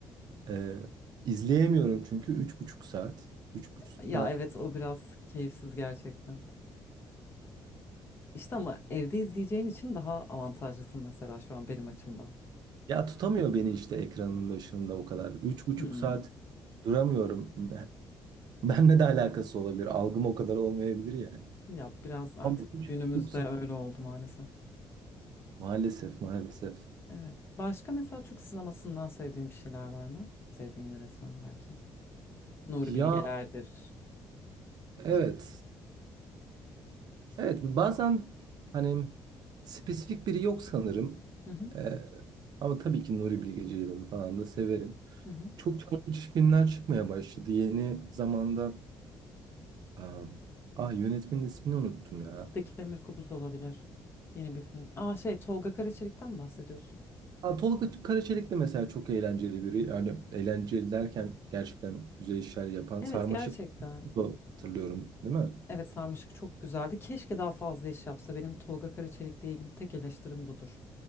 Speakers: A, on the right; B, on the left.
A: Ee, izleyemiyorum çünkü üç buçuk saat. Üç buçuk
B: Ya
A: saat.
B: evet o biraz keyifsiz gerçekten. İşte ama evde izleyeceğin için daha avantajlısın mesela şu an benim açımdan.
A: Ya tutamıyor beni işte ekranın başında o kadar. Üç buçuk
B: Hmm.
A: saat duramıyorum. <laughs> Ben, benle de alakası olabilir. Algım o kadar olmayabilir yani.
B: Ya biraz artık
A: Ama üç
B: günümüzde
A: buçuk saat.
B: öyle oldu maalesef.
A: Maalesef maalesef.
B: Evet. Başka mesela Türk sinemasından sevdiğin bir şeyler var mı? Sevdiğin yönetmen belki. Nuri
A: Ya
B: Bilgeler'dir.
A: evet.
B: İşte.
A: Evet bazen hani spesifik biri yok sanırım.
B: Hı hı.
A: Ee, ama tabii ki Nuri Bilge Ceylan'ı falan da severim.
B: Hı hı.
A: Çok çarpıcı filmler çıkmaya başladı. Yeni zamanda Am, ah yönetmenin ismini unuttum ya.
B: Daki Demir Kubuz da olabilir. Yeni bir film. Aa şey Tolga Karaçelik'ten mi bahsediyorsun?
A: Ha, Tolga Karaçelik de mesela çok eğlenceli biri. Yani eğlenceli derken gerçekten güzel işler yapan.
B: Evet
A: Sarmaşık
B: gerçekten.
A: da hatırlıyorum değil mi?
B: Evet Sarmaşık çok güzeldi. Keşke daha fazla iş yapsa. Benim Tolga Karaçelik'le ilgili tek eleştirim budur.